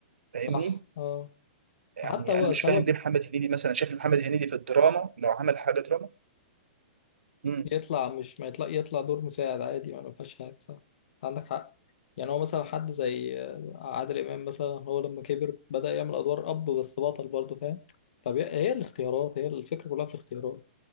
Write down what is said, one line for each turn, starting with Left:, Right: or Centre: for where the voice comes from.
Right: فاهمني
Left: صح اه
Right: يعني
Left: حتى هو
Right: انا مش
Left: سبب
Right: فاهم ليه محمد هنيدي مثلا شايف محمد هنيدي في الدراما لو عمل حاجة دراما امم
Left: يطلع مش ما يطلع يطلع دور مساعد عادي ما ما فيهاش حاجة صح عندك حق يعني هو مثلا حد زي آه، عادل إمام مثلا هو لما كبر بدأ يعمل أدوار أب بس بطل برضه فاهم طب هي هي الاختيارات هي الفكرة كلها في الاختيارات